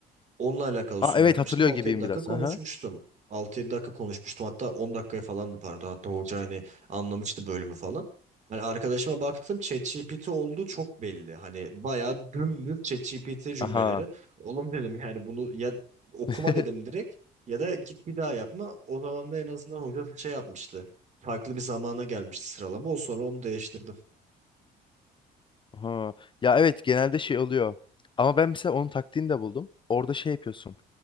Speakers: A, on the right; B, on the left.
A: Onunla alakalı
B: Aa
A: sunum
B: evet
A: yapmıştım.
B: hatırlıyor
A: altı
B: gibiyim
A: yedi dakika
B: biraz.
A: konuşmuştum.
B: Aha.
A: altı yedi dakika konuşmuştum. Hatta 10 dakikaya falandı pardon. Hatta hoca hani anlamıştı bölümü falan. Hani arkadaşıma baktım ChatGPT olduğu çok belli. Hani bayağı dümdüz ChatGPT cümleleri.
B: Aha.
A: Oğlum dedim yani bunu ya okuma
B: <laughs>
A: dedim direkt ya da git bir daha yapma. O zaman da en azından hoca şey yapmıştı. Farklı bir zamana gelmişti sıralama. O sonra onu değiştirdim.
B: Aha. Ya evet genelde şey oluyor. Ama ben mesela onun taktiğini de buldum. Orada şey yapıyorsun.